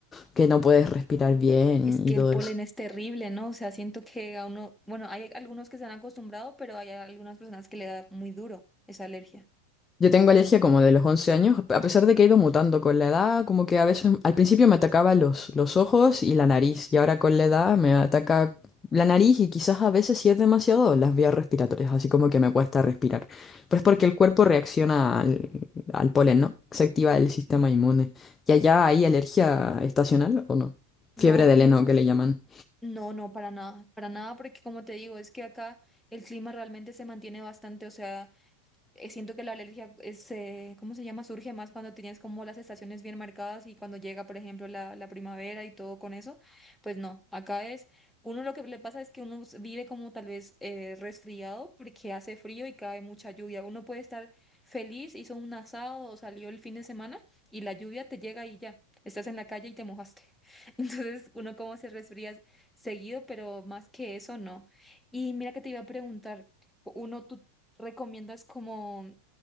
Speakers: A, on the left; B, in the centre.
A: que no puedes
B: Uy,
A: respirar bien
B: es que
A: y, y todo
B: el polen
A: eso.
B: es terrible, ¿no? O sea, siento que a uno, bueno, hay algunos que se han acostumbrado, pero hay algunas personas que le da muy duro esa alergia.
A: Yo tengo alergia como de los 11 años, a pesar de que he ido mutando con la edad, como que a veces al principio me atacaba los, los ojos y la nariz, y ahora con la edad me ataca la nariz y quizás a veces si es demasiado las vías respiratorias, así como que me cuesta respirar. Pero es porque el cuerpo reacciona al, al polen, ¿no? Se activa el
B: Ok.
A: sistema inmune. ¿Y allá hay alergia estacional o no?
B: No,
A: Fiebre de
B: pues
A: heno que le llaman.
B: no, no, para nada, para nada, porque como te digo, es que acá el clima realmente se mantiene bastante, o sea... eh, Siento que la alergia es, eh, ¿cómo se llama? Surge más cuando tienes como las estaciones bien marcadas y cuando llega, por ejemplo, la, la primavera y todo con eso. Pues no, acá es, uno lo que le pasa es que uno s- vive como tal vez eh, resfriado porque hace frío y cae mucha lluvia. Uno puede estar feliz, hizo un asado o salió el fin de semana y la lluvia te llega y ya, estás en la calle y te mojaste. <laughs> Entonces uno como se resfría seguido, pero más que eso no. Y mira que te iba a preguntar. Uno, tú ¿Recomiendas como un